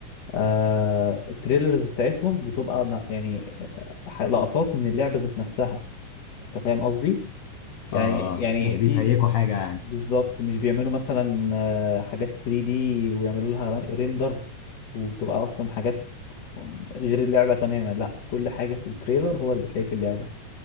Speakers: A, on the left; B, on the left.
A: آه التريلرز بتاعتهم بتبقى ما- يعني آه، لقطات من اللعبة ذات نفسها أنت فاهم قصدي؟ يعني
B: اه
A: يعني
B: اه مش بيفيكوا
A: في
B: حاجة يعني
A: بالظبط مش بيعملوا مثلا آه، حاجات 3D ويعملوا لها ر- ريندر وبتبقى اصلا حاجات غير اللعبة تماما لا كل حاجة في التريلر هو اللي بتلاقيه في اللعبة